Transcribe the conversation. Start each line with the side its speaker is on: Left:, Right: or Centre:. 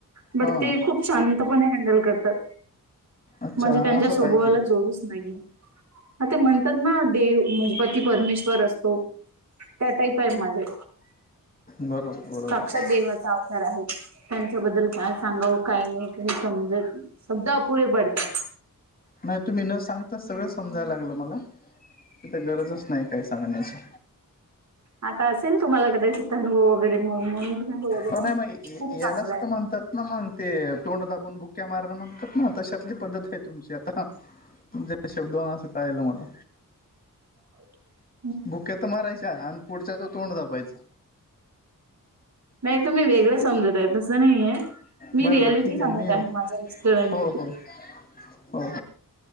Right: बट
Left: हां
Right: ते खूप शांतपणे हँडल करतात.
Left: अच्छा
Right: म्हणजे, त्यांच्या
Left: असं
Right: स्वभावाला
Left: पाहिजे
Right: जोडच नाहीये. हा ते म्हणतात ना, देव पती परमेश्वर असतो. त्या टाईप आहे माझे,
Left: बरोबर बरोबर
Right: साक्षात देवाचा अवतार आहेत. त्यांच्याबद्दल काय सांगाव काय नाही समजत शब्द अपुरे पडतात.
Left: नाही तुम्ही न सांगता सगळं समजायला लागलं मला, तिथं गरजच नाही काय सांगण्याची.
Right: आता असेल तुम्हाला कदाचित अनुभव वगैरे, म्हणून तुम्ही बोलत होता
Left: हो नाही मग य-
Right: खूप चांगलं
Left: यालाच
Right: आहे.
Left: तर म्हणतात ना मग ते तोंड दाबून बुक्या माराण म्हणतात ना, तशाततली पद्धत आहे तुमची आता. तुमच्या शब्दन वान, असं कायलं मला.
Right: अ <unintelligible>
Left: बुक्या तर मारायच्या आणि पुढच्याच तोंड दबायचं.
Right: नाही तुम्ही वेगळं समजत आहे. तसं नाही ये. मी
Left: बरोबर
Right: रियालिटी
Left: ठीक
Right: सांगत
Left: मी
Right: आहे माझ्या मिस्टरानची.
Left: हो हो हो हो.